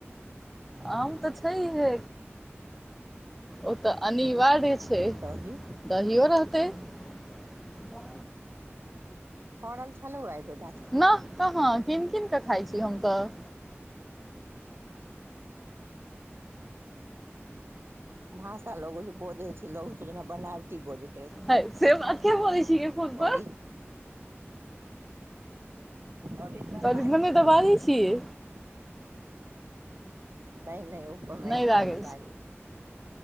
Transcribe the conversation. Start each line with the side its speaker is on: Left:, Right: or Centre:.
Centre: आम तऽ छै हे ओ तऽ अनिवार्य छै
Right: दही
Centre: दहियो रहतै <unintelligible>
Right: फरल छलउए अइबेर
Centre: नह कहाँ कीन कीन कऽ खाइ छी हम तऽ
Right: भाषा लगै छै बजै छै लोग जेना बनावटी बजै
Centre: हय से बात किया बोलइ छी गे फोनप
Right: ओरि ओर <unintelligible> नहि
Centre: तोरी मम्मी दबा दै छियै
Right: नहि ओ कमेंट
Centre: नहि लागै
Right: टाइप लागे छै